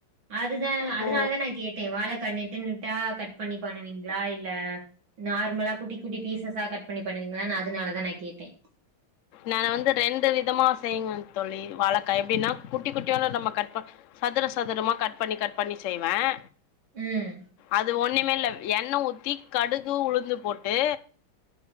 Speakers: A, on the right (about 65°); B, on the left (about 75°).
A: அதுதான் அதனால
B: ஓ
A: தான் நான் கேட்டேன் வாழைக்காய் நெட்டு நட்டா கட் பண்ணி பண்ணுவீங்க ங்களா இல்ல <unintelligible> நார்மலா குட்டி குட்டி பீசஸா கட் பண்ணி பண்ணுவீங்களா நா அதுனாலதா நான் கேட்டேன்
B: நான் வந்து ரெண்டு விதமா செய்யங்கன் தோழி வாழக்கா எப்படின்னா குட்டி குட்டியான நம்ம கட் ப சதுர சதுரமா கட் பண்ணி கட் பண்ணி செய்வேன்
A: ம்
B: அது ஒன்னே இல்ல எண்ணெய் ஊத்தி கடுகு உளுந்து போட்டு